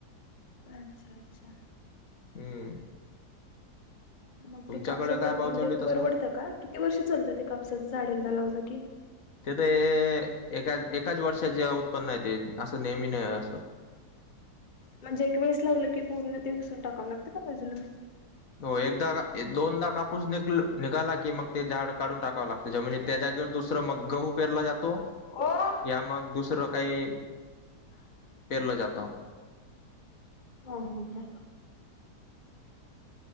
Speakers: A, on the left; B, on the left.
A: अच्छा अच्छा
B: हम्म
A: मग
B: तुमच्याकडे
A: ते कापसाचं
B: काय भाव
A: म्हणजे
B: चालू आहे
A: परवडतं
B: तसं
A: का किती वर्ष चालतं ते कापसाचं झाड एकदा लावलं की
B: तेथ एका एकाच वर्षाचे उत्पन्न आहे ते असं नेहमी नाही असं
A: म्हणजे एक वेळेस लावलं की पूर्ण ते उकसून टाकावं लागतं का बाजूला
B: हो एकदा दोनदा कापूस नि निघाला की मग ते झाड काढून टाकावं लागतं ज म्ह त्या दुसरं मग गहू पेरला जातो
A: ओ हा
B: या मग दुसरं काही पेरलं जात त
A: हा ह ह